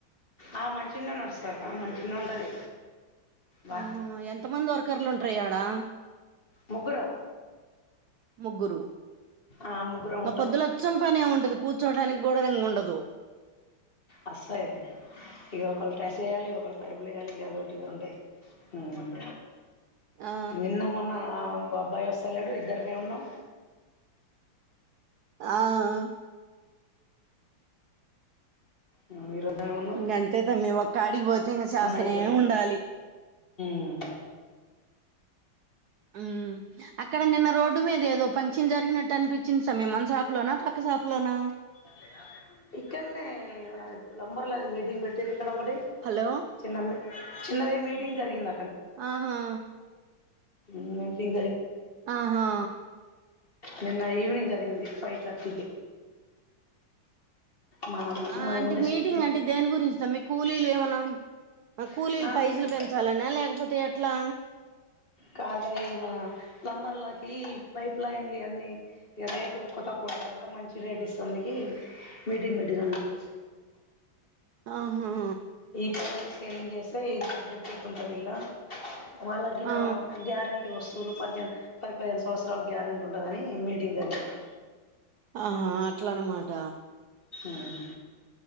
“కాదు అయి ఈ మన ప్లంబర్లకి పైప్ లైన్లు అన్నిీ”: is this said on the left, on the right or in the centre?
Left